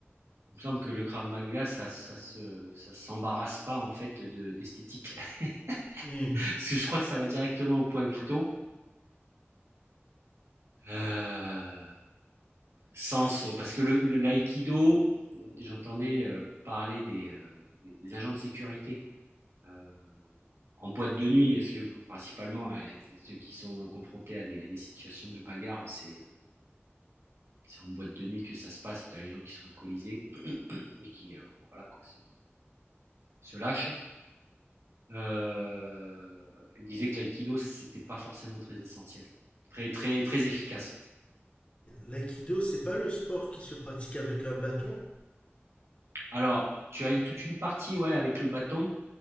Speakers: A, on the right; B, on the left.
A: il me semble que le Krav Maga, ça, ça, se, ça s'embarrasse pas en fait de, d'esthétique. <laughs>
B: Hmm.
A: parce que je crois que ça va directement au point vitaux. Euh, sens, parce que le, le l'aïkido, j'entendais euh, parler des, euh, des, des agents de sécurité euh, en boîte de nuit, parce que principalement ceux qui sont confrontés à des, à des situations de bagarre, c'est en boîte de nuit que ça se passe, où tu as les gens qui sont alcoolisés et qui euh, voilà, quoi, se, se lâchent. Euh, il disait que l'aïkido, c'était pas forcément très essentiel, très, très, très efficace.
B: L'aïkido, c'est pas le sport qui se pratique avec un bâton
A: Alors, tu as une, toute une partie ouais, avec le bâton